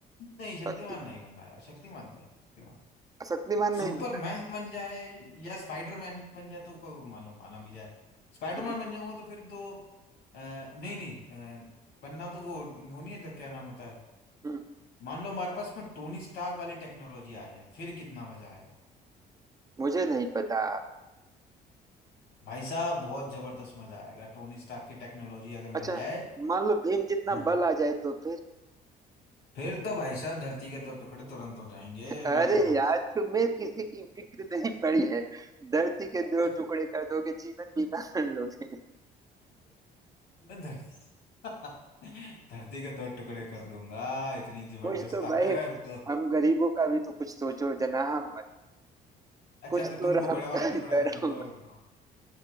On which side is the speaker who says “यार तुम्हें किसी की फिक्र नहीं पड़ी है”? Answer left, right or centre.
Right